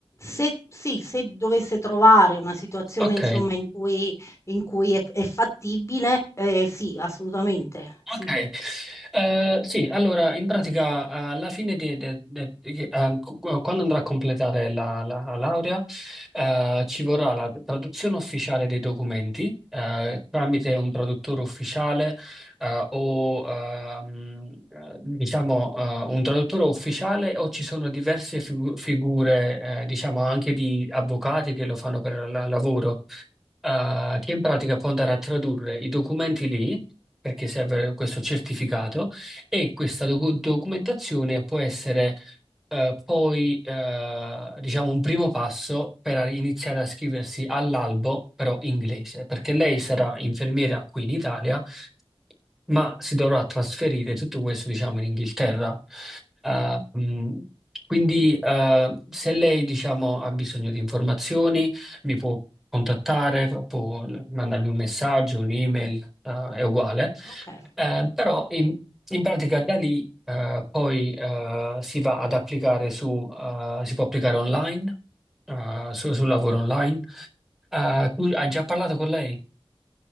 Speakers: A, on the left (about 30°); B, in the centre.
A: Se sì, se dovesse trovare una situazione
B: Ok.
A: insomma in cui in cui è è fattibile, ehm, sì, assolutamente,
B: Ok,
A: sì.
B: Eh, sì, allora in pratica eh, alla fine di, de- de- di che- eh, cu- quando andrà a completare la, la laurea eh, ci vorrà la traduzione ufficiale dei documenti eh, tramite un traduttore ufficiale eh, o ehm, eh, diciamo eh, un traduttore ufficiale o ci sono diverse figu- figure eh, diciamo anche di avvocati che lo fanno per la- lavoro eh, che in pratica può andare a tradurre i documenti lì perché serve questo certificato e questa docu- documentazione può essere eh, poi eh, diciamo un primo passo per iniziare a scriversi all'albo però inglese, perché lei sarà infermiera qui in Italia, ma si dovrà trasferire tutto questo, diciamo, in Inghilterra. Eh, mh, quindi, eh, se lei, diciamo, ha bisogno di informazioni, mi può contattare, può mandarmi un messaggio, un'email, eh, è uguale.
A: Okay.
B: Eh, però in, in pratica da lì eh, poi eh, si va ad applicare su, eh, si può applicare online, eh, su- sul lavoro online. Eh, tu hai già parlato con lei